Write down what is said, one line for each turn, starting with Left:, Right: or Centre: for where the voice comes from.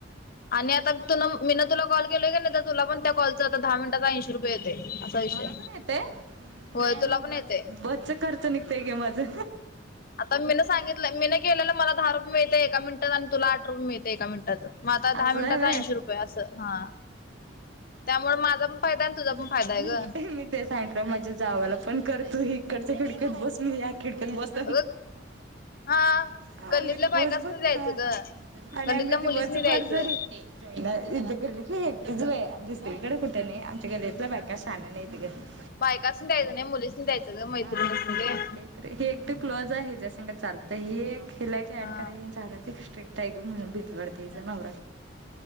Left: आणि आता तुन मीन तुला कॉल केलोय का नाही तर तुला पण त्या कॉलच आता दहा मिनिटाचा ऐंशी रुपये येतय असा विषय
Right: मला पण येतय
Left: होय
Right: काय
Left: तुला
Right: नाही
Left: पण
Right: ब
Left: येतय
Right: ब खर्च निघतय गे माझं
Left: आता मी न सांगितलं मी न केलेलं मलाहा रुपये मिळते ए मिनिटात आणि तुला आठ रुपये मिळते एका मिनिटाचं मग आता
Right: असं
Left: दहा मिनिटाचा
Right: आहे व्हय
Left: ऐंशी रुपये असं हा त्यामुळे माझा पण फायदा तुझा
Right: नाही
Left: फायदा आहे ग
Right: म सँड्र माझ्या जावाला पण करतू इकडच्या खिड्यात बस मी या खिडक्यात बस
Left: अगं हा
Right: आम्ही
Left: गल्लीतल्या
Right: ती
Left: बायकासनी
Right: भोज भर
Left: द्यायचं
Right: ह
Left: ग
Right: आणि
Left: गल्लीतल्या
Right: आम्ही
Left: मुलीसनी
Right: त ब
Left: द्यायचं.
Right: बर थ गल्लीतली एकीच आहे दुसरीकडे कुठं नाही आमच्या गल्लीतलं बायका शाान नाही इथ घरी
Left: बायकाासून द्यायचं नाही मुलीसून द्यायचं ग मैत्रिणी
Right: हा ते हे एकदा क्लोज आहे ज्या सग चालतं ही एक हेिलाय
Left: हा
Right: ऍड कराय शार स्ट्रिकटग मण बित बडतात नव